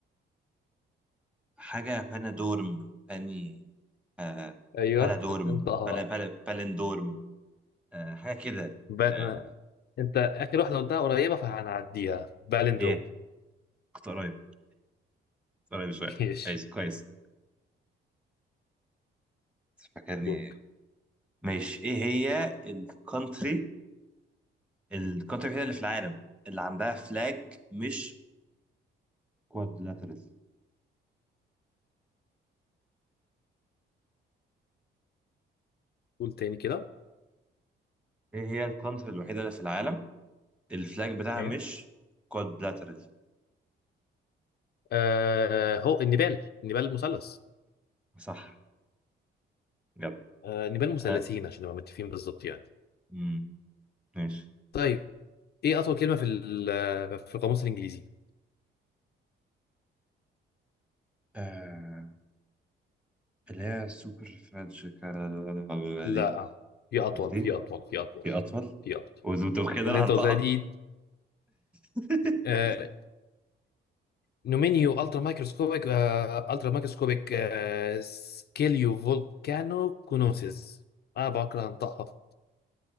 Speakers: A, in the centre; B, on the left.
A: حاجه بانادورم باني آه
B: ايوه
A: بلادورم
B: انطقها
A: بلا
B: بقى
A: بلا بالندورم آه حاجه كده
B: ب... آه،
A: آه
B: انت اخر واحده قلتها قريبه فهنعديها بالندروم
A: ايه كنت قريب كنت قريب شويه
B: <laughs> ماشي
A: كويس كويس فاكرني
B: دورك
A: ماشي ايه هي الكونتري الكونتري الوحيده اللي في العالم اللي عندها فلاج مش كوادلاترال
B: قول تاني كده
A: ايه هي الكونتري الوحيده اللي في العالم الفلاج بتاعها
B: ايوه
A: مش كوادلاترال
B: آه هو النبال النبال المثلث
A: صح جاب
B: آه نبال مثلثين
A: آه.
B: عشان نبقى متفقين بالظبط يعني
A: مم. ماشي
B: طيب ايه اطول كلمه في ال- في القاموس الانجليزي
A: آه اللي هي سوبر فريدج كا-
B: لا
A: دي
B: في اطول
A: مش دي
B: في اطول في اطول
A: في أطول
B: في اطول
A: وذو كده
B: اللي
A: أنا
B: انت
A: هنطقها
B: قلتها دي
A: <laughs>
B: آه نومينيو الترا مايكروسكوبيك آه الترا مايكروسكوبيك آه سكيليو فولكانو كونوسيس انا بكره انطقها